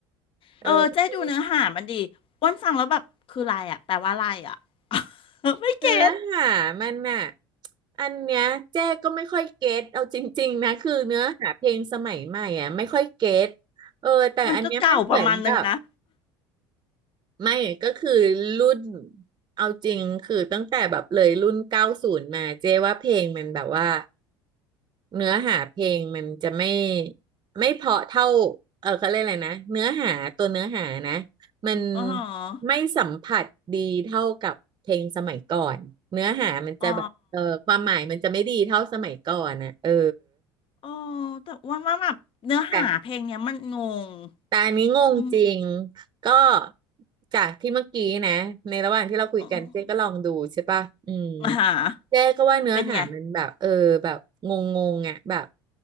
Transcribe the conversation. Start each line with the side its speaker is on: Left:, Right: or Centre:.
Right: เออ
Left: เออเจ้ดูเนื้อหามันดีอ้วนฟังแล้วแบบคืออะไรอะแปลว่าอะไรอะ <laughs> ไม่เก็ต
Right: เนื้อหามันน่ะอันเนี้ยเจ๊ก็ไม่ค่อยเก็ตเอาจริงๆนะคือเนื้อหาเพลงสมัยใหม่อ่ะไม่ค่อยเก็ตเออแต่อันเนี้ยมันเหมือนแบบ
Left: มันก็เก่าประมาณนึงนะ
Right: ไม่ก็คือรุ่นเอาจริงคือตั้งแต่แบบเลยรุ่นเก้าศูนย์มาเจ๊ว่าเพลงมันแบบว่า เนื้อหาเพลงมันจะไม่ไม่เพราะเท่าเออเขาเรียกอะไรนะเนื้อหาตัวเนื้อหานะมัน
Left: อ๋อ
Right: ไม่สัมผัสดีเท่ากับเพลงสมัยก่อนเนื้อหามันจะแบบเออความหมายมันจะไม่ดีเท่าสมัยก่อนนะเออ
Left: อ๋ออ๋อแต่อ้วนว่าแบบเนื้อหาเพลงเนี้ยมันงง
Right: แต่ แต่อันนี้งงจริง
Left: อืม
Right: ก็จากที่เมื่อกี้นะในระหว่างที่เราคุยกันเจ๊ก็ลองดูใช่ปะอืม
Left: อืมอ่าฮะ
Right: เจ๊ก็ว่าเนื้อหามันแบบเออแบบงงงอ่ะแบบ
Left: เป็นไง